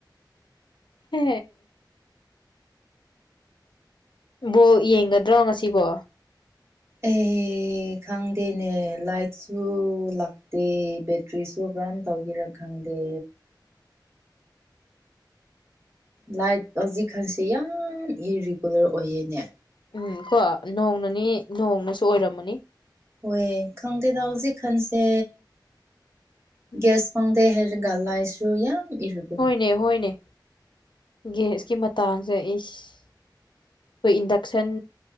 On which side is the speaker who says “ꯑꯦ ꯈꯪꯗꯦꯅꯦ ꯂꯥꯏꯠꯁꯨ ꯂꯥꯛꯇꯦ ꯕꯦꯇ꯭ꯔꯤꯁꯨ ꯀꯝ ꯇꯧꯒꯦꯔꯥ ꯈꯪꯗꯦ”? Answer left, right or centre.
Right